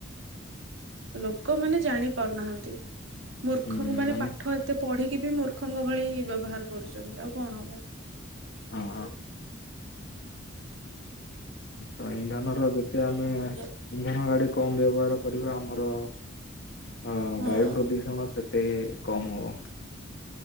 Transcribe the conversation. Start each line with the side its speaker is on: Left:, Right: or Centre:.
Right: ଲୋକମାନେ ଜାଣି ପାରୁନାହାନ୍ତି। ମୂର୍ଖ
Left: ହୁଁ
Right: ମାନେ
Left: ଆମେ
Right: ପାଠ ଏତେ ପଢିକି ବି ମୂର୍ଖଙ୍କ ଭଳି ବ୍ୟବହାର କରୁଛନ୍ତି ଆଉ କଣ ହବ?
Left: ହଁ ତ ଇନ୍ଧନ ର ଯେତେ ଆମେ ଇନ୍ଧନ
Right: ହୁଁ
Left: ଗାଡି କମ ବ୍ୟବହାର କରିବା ଆମର ଅ
Right: ହଁ
Left: ବାୟୁ ପ୍ରଦୂଷଣ ସେତେ କମ ହବ।